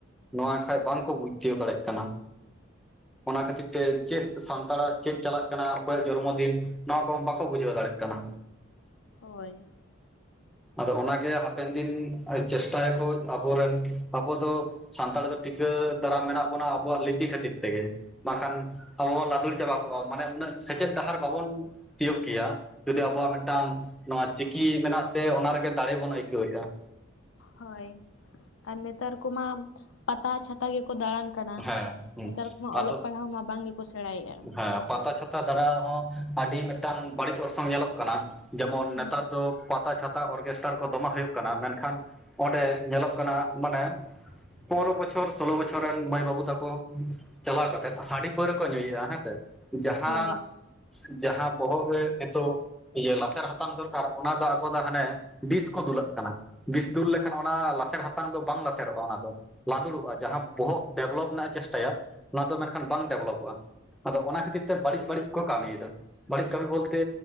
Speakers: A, in the centre; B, on the left.
A: ᱱᱚᱣᱟ ᱠᱷᱟᱡ ᱵᱟᱝᱼᱠᱚ ᱵᱩᱡᱽ ᱪᱚ ᱫᱟᱲᱮᱜ ᱠᱟᱱᱟ᱾ ᱚᱱᱟ ᱠᱷᱟᱹᱛᱤᱨ ᱛᱮ ᱪᱮᱫ ᱥᱟᱱᱛᱟᱲᱟᱜ ᱪᱮᱫ ᱪᱟᱞᱟᱜ ᱠᱟᱱᱟ ᱚᱠᱚᱭᱟᱜ ᱡᱚᱨᱢᱚ ᱫᱤᱱ ᱱᱚᱣᱟ ᱠᱚ ᱵᱟᱠᱚ ᱵᱩᱡᱷᱟᱹᱣ ᱫᱟᱲᱮᱜ ᱠᱟᱱᱟ᱾
B: ᱦᱳᱭ
A: ᱟᱫᱚ ᱚᱱᱟᱜᱮ ᱦᱟᱯᱮᱱ ᱫᱤᱱ ᱪᱮᱥᱴᱟ ᱭᱟᱠᱚ ᱟᱵᱚᱨᱮᱱ ᱟᱵᱚ ᱫᱚᱼᱼ ᱥᱟᱱᱛᱟᱲ ᱫᱚ ᱴᱤᱠᱟᱹ ᱫᱟᱨᱟᱢ ᱢᱮᱱᱟᱜ ᱵᱚᱱᱟ ᱟᱵᱚᱣᱟᱜ ᱞᱤᱯᱤ ᱠᱷᱟᱹᱛᱤᱨ ᱛᱮᱜᱮ ᱵᱟᱝ ᱠᱷᱟᱱᱼᱼ ᱟᱵᱚ ᱵᱚᱱ ᱞᱟᱹᱫᱩᱲ ᱪᱟᱵᱟ ᱠᱚᱜᱼᱟ ᱢᱟᱱᱮ ᱩᱱᱟᱹᱜ ᱥᱮᱪᱮᱫ ᱰᱟᱦᱟᱨ ᱵᱟᱵᱚᱱ, ᱛᱤᱭᱳᱜ ᱠᱮᱭᱟ ᱡᱩᱫᱤ ᱟᱵᱚᱣᱟᱜ ᱢᱤᱫ ᱴᱟᱝ ᱱᱚᱣᱟ ᱪᱤᱠᱤ ᱢᱮᱱᱟᱜᱼᱼ ᱛᱮ ᱚᱱᱟ ᱨᱮᱜᱮ ᱫᱟᱲᱮ ᱵᱚᱱ ᱟᱹᱭᱠᱟᱹᱣᱮᱫᱼᱟ᱾
B: ᱦᱳᱭ ᱟᱨ ᱱᱮᱛᱟᱨ ᱠᱚᱢᱟ ᱯᱟᱛᱟ ᱪᱷᱟᱛᱟ ᱜᱮᱠᱚ ᱫᱟᱬᱟᱱᱼᱼ ᱠᱟᱱᱟ
A: ᱦᱮᱸ ᱦᱩᱸ
B: ᱱᱮᱛᱟᱨ ᱠᱚᱢᱟ ᱚᱞᱚᱜ
A: ᱟᱫᱚ
B: ᱯᱟᱲᱦᱟᱣ ᱢᱟ ᱵᱟᱝ ᱜᱮ ᱠᱚ ᱥᱮᱬᱟᱭᱮᱜᱼᱟᱼᱼ
A: ᱦᱮᱸ ᱯᱟᱛᱟ ᱪᱷᱟᱛᱟ ᱫᱟᱬᱟ ᱦᱚᱸ ᱟᱹᱰᱤ ᱢᱤᱫᱴᱟᱹᱝ ᱵᱟᱹᱲᱤᱡ ᱚᱨᱥᱚᱝ ᱧᱮᱞᱚᱜ ᱠᱟᱱᱟ᱾ ᱡᱮᱢᱚᱱ
B: ᱦᱩᱸ
A: ᱱᱮᱛᱟᱨ ᱫᱚᱼᱼ ᱯᱟᱛᱟ ᱪᱷᱟᱛᱟ ᱚᱨᱠᱮᱥᱴᱟᱨ ᱠᱚ ᱫᱚᱢᱮ ᱦᱩᱭᱩᱜ ᱠᱟᱱᱟ ᱢᱮᱱ ᱠᱷᱟᱱ ᱚᱸᱰᱮ ᱧᱮᱞᱚᱜ ᱠᱟᱱᱟ ᱢᱟᱱᱮᱼᱼ ᱯᱚᱱᱫᱽᱨᱚ ᱵᱚᱪᱷᱚᱨ ᱥᱳᱞᱳ ᱵᱚᱪᱷᱚᱨ ᱨᱮᱱ ᱢᱟᱹᱭ ᱵᱟᱹᱵᱩ ᱛᱟᱠᱚ ᱪᱟᱞᱟᱣ ᱠᱟᱛᱮᱫ ᱦᱟᱺᱰᱤ ᱯᱟᱹᱣᱨᱟᱹ ᱠᱚ ᱧᱩᱭᱮᱫᱼᱟ᱾ ᱦᱮᱸ ᱥᱮ ᱡᱟᱦᱟᱸ
B: ᱦᱳᱭ
A: ᱡᱟᱦᱟᱸ ᱵᱚᱦᱚᱜ ᱨᱮ ᱱᱮᱛᱚᱜᱼᱼ ᱤᱭᱟᱹ ᱞᱟᱥᱮᱨ ᱦᱟᱛᱟᱝ ᱫᱚᱨᱠᱟᱨ ᱚᱱᱟ ᱫᱚ ᱟᱠᱚ ᱫᱚ ᱦᱟᱱᱮ ᱵᱤᱥ ᱠᱚ ᱫᱩᱞᱟᱜ ᱠᱟᱱᱟ᱾ ᱵᱤᱥ ᱫᱩᱞ ᱞᱮᱠᱷᱟᱱ ᱚᱱᱟ ᱞᱟᱥᱮᱨ ᱦᱟᱛᱟᱝ ᱫᱚ ᱵᱟᱝ ᱞᱟᱥᱮᱨᱚᱜᱼᱟ ᱚᱱᱟ ᱫᱚ ᱞᱟᱸᱫᱩᱲᱚᱜᱼᱟ ᱡᱟᱦᱟᱸ ᱵᱚᱦᱚᱜ ᱰᱮᱵᱽᱞᱚᱯ ᱨᱮᱱᱟᱜ ᱮ ᱪᱮᱥᱴᱟᱭᱟ ᱚᱱᱟ ᱫᱚ ᱢᱮᱱ ᱠᱷᱟᱱ ᱵᱟᱝ ᱰᱮᱵᱽ ᱞᱚᱯᱚᱜᱼᱟ᱾ ᱟᱫᱚ ᱚᱱᱟ ᱠᱷᱟᱹᱛᱤᱨ ᱛᱮ ᱵᱟᱹᱲᱤᱡ ᱵᱟᱹᱲᱤᱡ ᱠᱚ ᱠᱟᱹᱢᱤ ᱮᱫᱟ ᱵᱟᱹᱲᱤᱡ ᱠᱟᱹᱢᱤ ᱵᱚᱞ ᱛᱮᱼᱼ